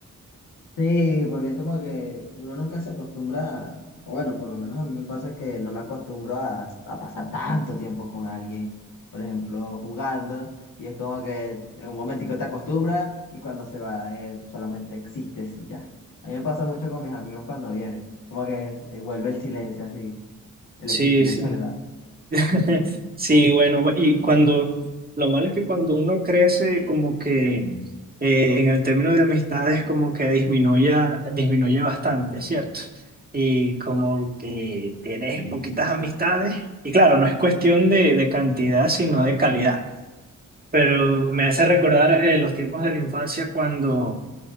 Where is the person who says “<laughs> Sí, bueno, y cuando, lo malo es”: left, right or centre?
Right